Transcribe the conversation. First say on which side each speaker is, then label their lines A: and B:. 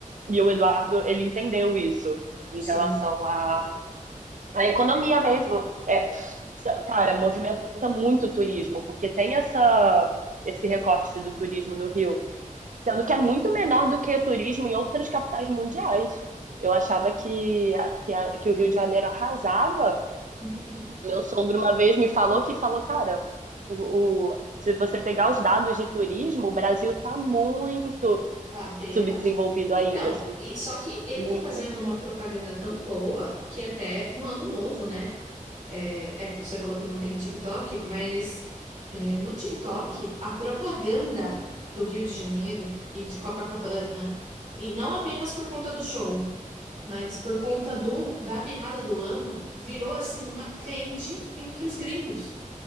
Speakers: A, on the right; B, on the right.
A: E o Eduardo, ele entendeu isso em
B: sim.
A: relação à, à economia mesmo. É, cara, movimenta muito o turismo, porque tem essa, esse recorte do turismo no Rio. Sendo que é muito menor do que turismo em outras capitais mundiais. Eu achava que, que, a- que o Rio de Janeiro arrasava.
B: <laughs>
A: Meu sogro uma vez me falou que falou, cara, o, o- se você pegar os dados de turismo, o Brasil tá muito
B: Tá bem
A: subdesenvolvido
B: abaixo. Então,
A: ainda. sub-
B: e, só que ele
A: Muito.
B: tá fazendo uma propaganda tão boa que até no ano novo, né? É, é, você falou que não tem TikTok, mas é, no TikTok,
A: Uhum.
B: a propaganda do Rio de Janeiro e de Copacabana, e não apenas por conta do show, mas por conta do, da virada do ano, virou assim uma trend entre os gringos.